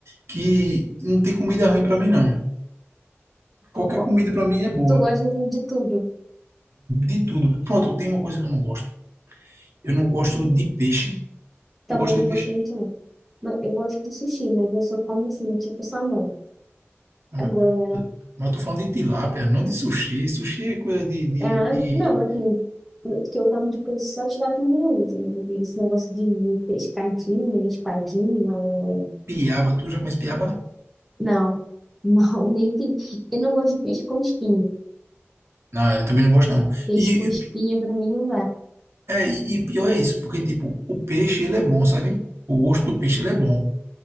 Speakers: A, on the right; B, in the centre.
A: que não tem comida ruim pra mim, não.
B: Tu,
A: Qualquer
B: co-
A: comida para mim é boa.
B: tu gosta assim, de tudo.
A: De tudo. Pronto, tem uma coisa que eu não gosto. Eu não gosto de peixe.
B: Também
A: Tu gosta
B: não
A: de peixe?
B: gosto muito, não. Não, Eu gosto de sushi, mas eu só como assim, tipo salmão.
A: Não, mas
B: Agora,
A: peraí. eu- Mas eu tô falando de tilápia, não de sushi. Sushi é coisa de, de,
B: ah,
A: de
B: não, assim, o que eu como de coisa só tirar primeiro, assim, né? Esse negócio de pescadinha, espadinha. eh,
A: piaba. Tu já conhece piaba?
B: Não, não, <laughs> nem tem. Eu não gosto de peixe com espinho.
A: Não, eu também não gosto, não.
B: Peixe
A: E,
B: com espinha
A: e,
B: pra mim não dá.
A: é, e e pior é isso, porque, tipo, o peixe, ele é bom, sabe? O gosto do peixe, ele é bom.